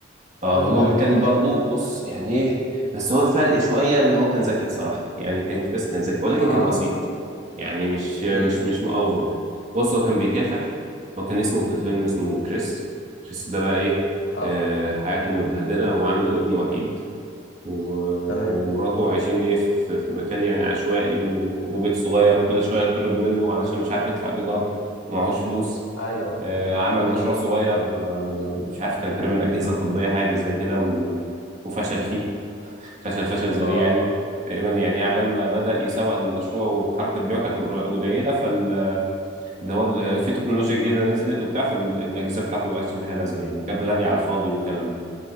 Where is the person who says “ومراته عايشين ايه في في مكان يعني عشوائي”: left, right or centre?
Right